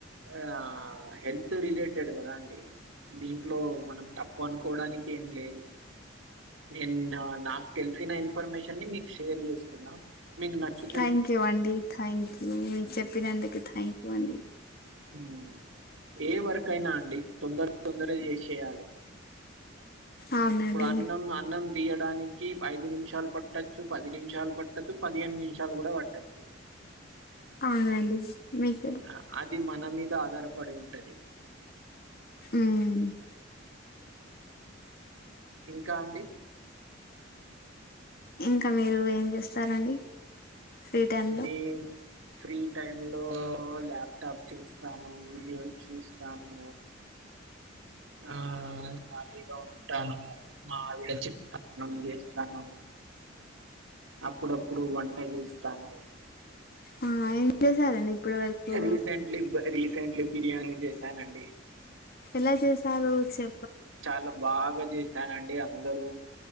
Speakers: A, on the right; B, on the left.
A: ఆ హెల్త్ రిలేటెడ్ కదా అండి దీంట్లో మనం తప్పు అనుకోవడానికి ఏం లేదు నేను నాకు తెలిసిన ఇఫర్మేషన్ మీకు షేర్ చేస్తున్నా మీకు నచ్చు
B: థ్యాంక్ యూ అండి థ్యాంక్ యూ మీరు చెప్పినందుకు థ్యాంక్ యూ అండి
A: హ్మ్ ఏ వర్కైనా అండి తొందర తొందర చేసేయాలే
B: అవునండి
A: ఇప్పుడు అన్నం అన్నం తీయడానికి ఐదు నిమిషాలు పట్టచ్చు పది నిమిషాలు పట్టచ్చు పదిహన్ని నిమిషాలు కూడా పట్టచ్చు
B: అవునండి మీకు
A: ఆ అది మన మీద ఆధారపడి ఉంటది
B: మ్మ్
A: ఇంకా అండి
B: ఇంకా మీరు ఏం చేస్తారండి ఫ్రీ టైమ్ లో
A: మీ ఫ్రీ టై లో ల్యాప్టాప్ చూస్తాను వీడియో చూస్తాను ఆ ఖాళీగా ఉంటాను మావిడ చెప్పిన మన చేస్తాను అప్పుడప్పుడు వంట చేస్తాను
B: ఆ ఏం చేశారండి ఇప్పుడు వరకు
A: రీసెంట్లీ రీసెంట్లీ బిర్యానీ చేసానండి
B: ఎలా చేసారు చె
A: చాలా బాగా చేసానండి అందరూ